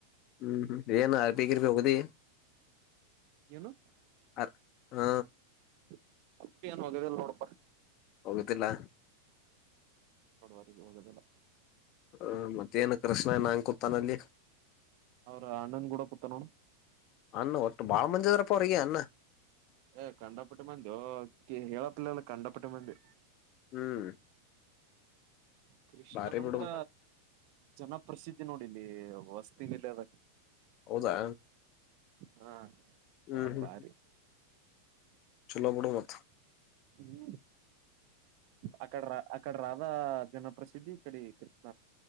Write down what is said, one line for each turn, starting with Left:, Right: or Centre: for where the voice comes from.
Left: ಹ್ಮ್ ಏನ್ ಅ ಡಿಗ್ರಿ ಮ್ಯಾಗ್ ಓದಿಯಿ.
Right: ಏನು.
Left: ಆ ಹಾ.
Right: <unintelligible> ನೋಡಪ್ಪ.
Left: ಹೋಗುದಿಲ್ಲ.
Right: ನೋಡುವರಿಗೆ. <inaudible>
Left: ಹ ಮತ್ತೇನು ಕೃಷ್ಣ ಏನ್ ಹಂಗ್ ಕೂತನಲ್ಲಿ.
Right: ಅವ್ರ ಅಣ್ಣನ್ ಗುಡ ಕುತ್ತಾನ್ ನೋಡ್.
Left: ಅನ್ನ ಒಟ್ಟು ಬಾಳ ಮಂದಿ ಅದಾರಪ್ಪ ಅವ್ರಿಗೆ ಅನ್ನ
Right: ಏ ಕಂಡಪಟ್ಟ ಮಂದ್ಯೋ ಹೇಳಪ್ಲಲ್ಲ ಕಂಡಪಟ್ಟ ಮಂದಿ.
Left: ಹ್ಮ್.
Right: ಕೃಷ್ಣ
Left: ಬಾರಿ
Right: ಅಂದ್ರ
Left: ಬಿಡು
Right: ಜನಪ್ರಸಿದ್ಧಿ ನೋಡ್. ಇಲ್ಲಿ ವಸ್ತಿನ್ ಇಲ್ಲೇ ಅದ.
Left: ಹೌದಾ.
Right: ಹಾ.
Left: ಹ್ಮ್ ಹ್ಮ್
Right: ಬಾರಿ
Left: ಹ್ಮ್ ಚೊಲೊ ಬುಡು ಮತ್
Right: ಹ್ಮ ಆಟ ಆಡ್ರಾ ಇಕಡ ರಾಧಾ ಜನಪ್ರಸಿದ್ಧಿ ಇ ಕಡಿ ಕೃಷ್ಣ